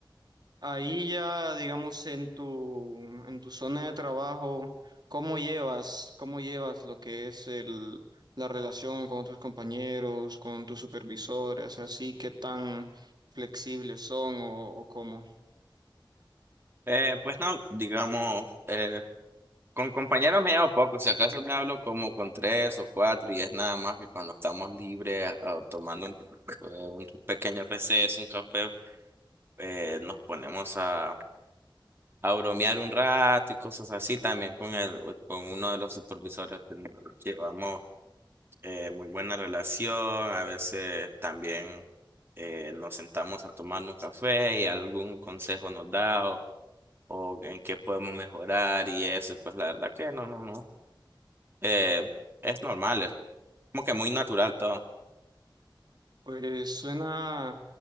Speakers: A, on the right; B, on the right.
A: Ahí ya, digamos, en tu, en tu zona de trabajo, ¿cómo llevas, cómo llevas lo que es el, la relación con tus compañeros, con tus supervisores, así, qué tan flexibles son o, o cómo?
B: Eh, pues no, digamos, eh, Con compañeros me llevo poco, si acaso me hablo como con tres o cuatro y es nada más que cuando estamos libres, ah, tomando un, eh, un pequeño receso, un café, eh, nos ponemos a, a bromear un rato y cosas así también con el, con uno de los supervisores que llevamos eh, muy buena relación, a veces también eh, nos sentamos a tomar un café y algún consejo nos da o, o en qué podemos mejorar y eso, pues la verdad que no, no, no. Eh, es normal, es como que muy natural todo.
A: Pues suena,